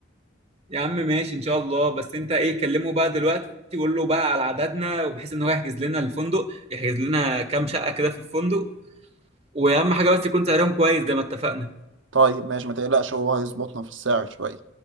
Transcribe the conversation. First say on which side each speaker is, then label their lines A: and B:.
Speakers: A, on the right (about 30°); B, on the right (about 70°).
A: يا عم ماشي ان شاء الله بس انت ايه كلمه بقى دلوقتي وقول له بقى على عددنا وبحيث ان هو يحجز لنا الفندق يحجز لنا كام شقة كده في الفندق واهم حاجة بس يكون سعرهم كويس زي ما اتفقنا
B: طيب ماشي ما تقلقش هو هيظبطنا في السعر شوية